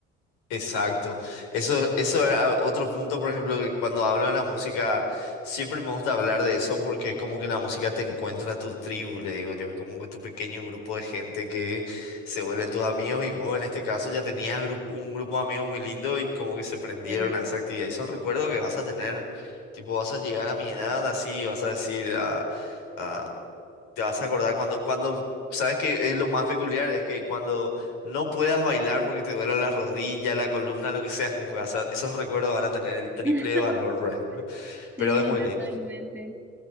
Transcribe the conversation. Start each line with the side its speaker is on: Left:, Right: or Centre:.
Left: Exacto. Eso, eso era otro punto, por ejemplo, que cuando hablo de la música, siempre me gusta hablar de eso porque es como que la música te encuentra a tu tribu, le digo yo, es como que tu pequeño grupo de gente que se vuelven tus amigos y vos en este caso ya tenías gru- un grupo de amigos muy lindo y como que se prendieron
Centre: Sí.
Left: a esa actividad. Y son recuerdos que vas a tener, tipo, vas a llegar a mi edad así, y vas a decir, ah, ah, te vas a acordar cuando, cuando, ¿sabes que es lo más peculiar? Es que cuando no puedas bailar porque te duela la rodilla, la columna, lo que sea, es como que vas a- esos recuerdos van a tener el triple
Centre: <laughs>
Left: de valor, por ejemplo.
Centre: Sí,
Left: Pero es muy
Centre: totalmente.
Left: lindo.